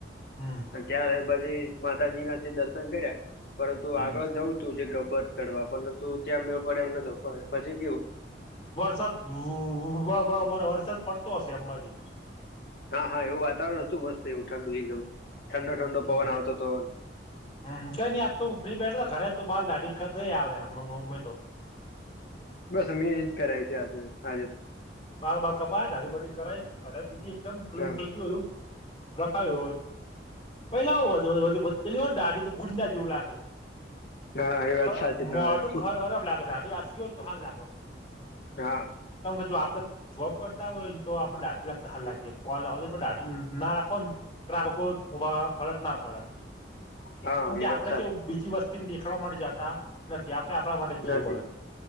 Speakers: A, on the left; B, on the left.
A: હમ
B: ત્યારે પછી માતાજી ના જે દર્શન કર્યા પરંતુ
A: હમ
B: આગળ જવું તું જે ગબ્બર ચડવા પર તું ત્યાં મેળ પડે એમ ન તો પછી પણ પછી કેવુ.
A: વરસાદ વા વ વરસાદ પડતો હશે અંબાજી
B: હા હા એવું વાતાવરણ હતું મસ્ત એવું ઠંડુ એકદમ ઠંડો ઠંડો
A: હમ
B: પવન આવતો હતો
A: હમ કઈ નઈ આજ તું ફ્રી બેઠ ઘરે તો બલ દાઢઈ મમ્મી તો
B: બસ અમે એજ કરાવી છે આજે આજે તો
A: બાર બાર કપાય ડાઢડીબઢ કરાયીધી એકદમ ક્લીન
B: હા
A: થઈ ગયું એલું રખાય પેલા આવું પેલી હો ને દાડી તો ગુંજના જેવું લાગે
B: હા એ વાત
A: ખ
B: સાચી તમારી
A: મોટું ખ ખરાબ લાગે દાઢ આસ હો તો હાલ લાગો
B: હા
A: કેમ કે જો આપડે જોબ કરતા હોય ને તો આપણે દાઢ લાગતા હાલ લાગીએલેાઢ ના રાખો ને કેવા ફરક ના પડે
B: હા
A: કેમ કે
B: એ વાત
A: આપડે
B: સાચી
A: કેવ બીજી વસ્તીને દેખાડવા માટે જતા નથી આપડે આપણા માટે જઈએ
B: નથી
A: કોલેજ